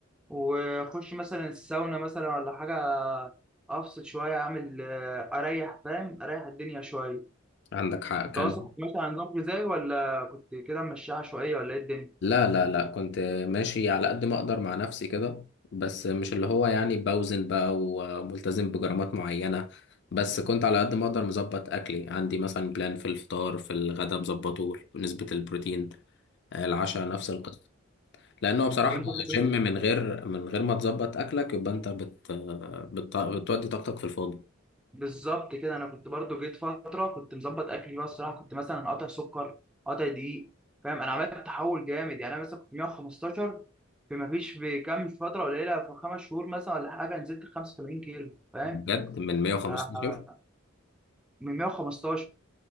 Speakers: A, in the centre; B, on the left.
A: واخش مثلا الساونا مثلا ولا حاجه افصل شويه اعمل آه، اريح فاهم اريح الدنيا شويه
B: عندك حق
A: انت
B: كان
A: اصلا كنت ماشي على نظام غذائي ولا كنت كده ماشي عشوائيه ولا ايه الدنيا
B: لا لا لا كنت ماشي على قد ما اقدر مع نفسي كده بس مش اللي هو يعني بوزن بقى وملتزم بجرامات معينة بس كنت على قد ما اقدر مظبط اكلي عندي مثلا بلان في الفطار في الغدا مظبطه نسبة البروتين آه، العشاء نفس القصة لانه بصراحة
A: طب انت كنت
B: جيم من غير من غير ما تظبط اكلك يبقى انت بت بت بتودي طاقتك في الفاضي
A: بالظبط كده انا كنت برضو جيت فتره كنت مظبط اكلي بقى الصراحه كنت مثلا قاطع سكر قاطع دقيق فاهم انا عملت تحول جامد يعني انا مثلا كنت 115 في ما فيش في كام فتره قليله في خمس شهور مثلا ولا حاجه نزلت 85 كيلو فاهم
B: بجد من 115
A: آه، من 115